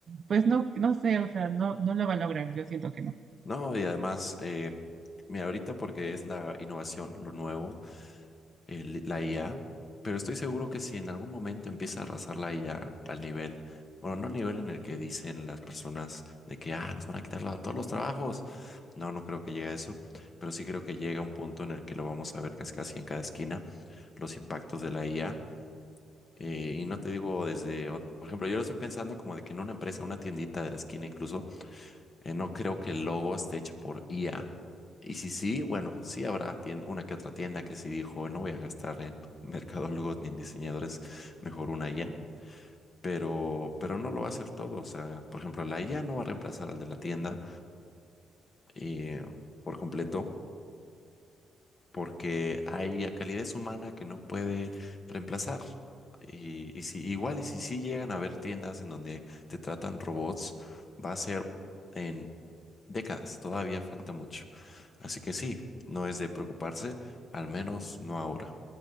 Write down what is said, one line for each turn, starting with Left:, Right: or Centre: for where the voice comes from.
Right: pues no, no sé, o sea, no, no lo va a lograr, yo siento que no.
Left: No, y además, eh, mira, ahorita porque es la innovación, lo nuevo, el- la IA, pero estoy seguro que si en algún momento empieza a arrasar la IA al nivel, bueno, no al nivel en el que dicen las personas de que, ah, nos van a quitar la- todos los trabajos. No, no creo que llegue a eso, pero sí creo que llega un punto en el que lo vamos a ver casi casi en cada esquina, los impactos de la IA. eh, y no te digo desde, ot- por ejemplo, yo lo estoy pensando como de que en una empresa, una tiendita de la esquina incluso, eh, no creo que el logo esté hecho por IA. Y si sí, bueno, sí habrá tien- una que otra tienda que sí dijo, no voy a gastar en <laughs> mercadólogos ni en diseñadores, mejor una IA. Pero, pero no lo va a hacer todo. O sea, por ejemplo, la IA no va a reemplazar al de la tienda eh, por completo, porque hay a calidez humana que no puede reemplazar. Y, y si igual, y si sí llegan a haber tiendas en donde te tratan robots, va a ser. en décadas, todavía falta mucho. Así que sí, no es de preocuparse, al menos no ahora.